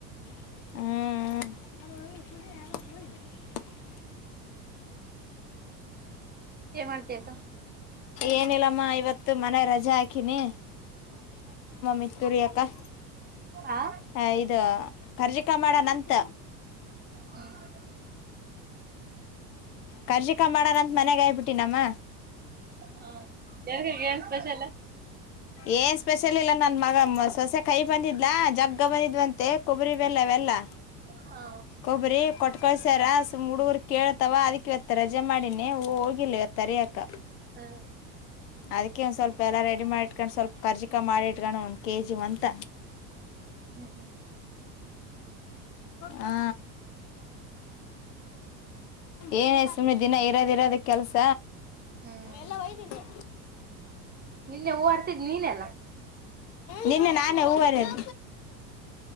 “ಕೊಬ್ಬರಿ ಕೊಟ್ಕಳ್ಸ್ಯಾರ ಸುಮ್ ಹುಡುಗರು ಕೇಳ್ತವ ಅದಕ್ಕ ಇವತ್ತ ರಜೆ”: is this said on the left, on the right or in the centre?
Left